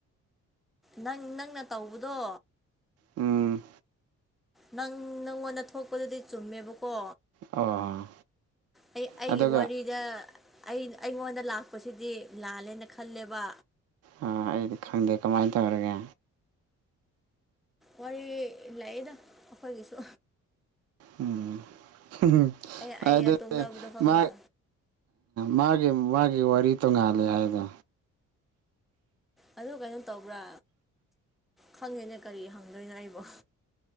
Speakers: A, in the centre; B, on the right (about 55°).
A: ꯅꯪ ꯅꯪꯅ ꯇꯧꯕꯗꯣ
B: ꯎꯝ
A: ꯅꯪ ꯅꯪꯉꯣꯟꯗ ꯊꯣꯛꯄꯗꯨꯗꯤ ꯆꯨꯝꯃꯦꯕꯀ ꯀꯣ
B: ꯑꯣ
A: ꯑꯩ ꯑꯩꯒꯤ
B: ꯑꯗꯨꯒ
A: ꯋꯥꯔꯤꯗ ꯑꯩ ꯑꯩꯉꯣꯟꯗ ꯂꯥꯛꯄꯁꯤꯗꯤ ꯂꯥꯜꯂꯦꯅ ꯈꯜꯂꯦꯕ
B: ꯑꯣ ꯑꯩꯗꯤ ꯈꯪꯗꯦ ꯀꯃꯥꯏꯅ ꯇꯧꯔꯒꯦ
A: ꯋꯥꯔꯤ ꯂꯥꯛꯏꯗ ꯑꯩꯈꯣꯏꯒꯤꯁꯨ
B: ꯎꯝ
A: ꯑꯩ ꯑꯩꯒ
B: ꯑꯗ
A: ꯇꯨꯝꯅꯕꯗꯣ ꯈꯪꯕ꯭ꯔꯥ
B: ꯃꯥ ꯃꯥꯒꯤ ꯃꯥꯒꯤ ꯋꯥꯔꯤ ꯇꯣꯉꯥꯜꯂꯦ ꯍꯥꯏꯗꯣ
A: ꯑ ꯀꯩꯅꯣ ꯇꯧꯕ꯭ꯔꯥ ꯈꯪꯉꯦꯅꯦ ꯀꯔꯤ ꯍꯪꯗꯣꯏꯅꯣ ꯑꯩꯕꯣ